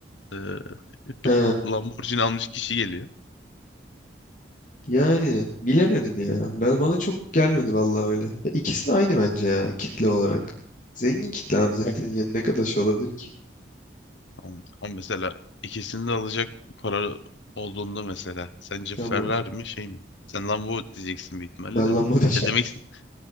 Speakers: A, on the left; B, on the left.
A: eee, <laughs>
B: He,
A: Lamborghini almış kişi geliyor.
B: yani bilemedim ya. Ben bana çok gelmedi vallahi öyle. Ya İkisi de aynı bence ya kitle olarak. Zengin kitle abi zaten yani ne kadar şey olabilir ki?
A: Ama ama mesela ikisini de alacak para olduğunda mesela sence
B: Tamam.
A: Ferrari mi şey mi? Sen Lambo diyeceksin büyük ihtimalle
B: Ben
A: de.
B: lamba diyeceğim.
A: Ya demeksin.